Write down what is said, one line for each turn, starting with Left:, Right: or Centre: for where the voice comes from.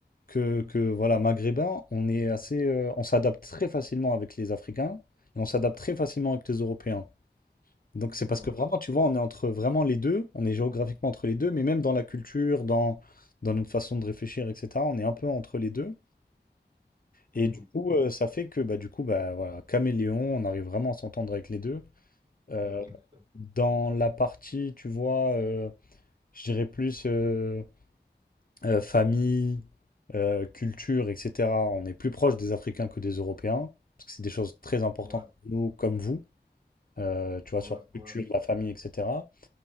Left: que, que, voilà maghrébin, on est assez, euh, on s'adapte très facilement avec les Africains et on s'adapte très facilement avec les Européens. Donc c'est parce
Right: ouais.
Left: que vraiment, tu vois, on est entre vraiment les deux, on est géographiquement entre les deux, mais
Right: Mhm.
Left: même dans la culture, dans, dans notre façon de réfléchir, etc., on est un peu entre les deux.
Right: Mhm.
Left: Et du coup, euh, ça fait que bah, du coup, bah, voilà, caméléon, on arrive vraiment à s'entendre avec les deux. Euh,
Right: <laughs>
Left: dans la partie, tu vois, euh, je dirais plus euh, euh, famille, euh, culture, etc., on est plus proche des Africains que des Européens, parce que c'est des choses très importantes
Right: Ouais,
Left: pour nous, comme vous, euh, tu vois,
Right: ouais,
Left: sur la
Right: ouais.
Left: culture, la famille, etc.